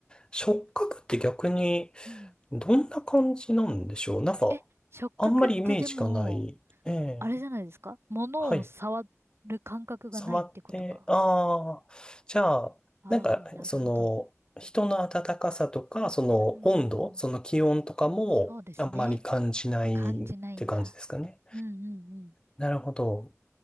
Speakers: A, on the left; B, on the right.
A: 触覚って逆に
B: うん。うん。
A: どんな感じなんでしょうなんか、
B: え、触覚ってでも、
A: あんまりイメージがない。ええ、
B: あれじゃないですか物を触る感覚がないってことか。
A: はい。触って、ああ、じゃあ、
B: ああ、
A: なんか、
B: なるほど。
A: その、人の温かさとか、その温度、
B: うんうんうん。
A: その気温とかもあんまり感じないって感じですかね。
B: そうですね。感じないんだ。うんうんうん。
A: なるほど。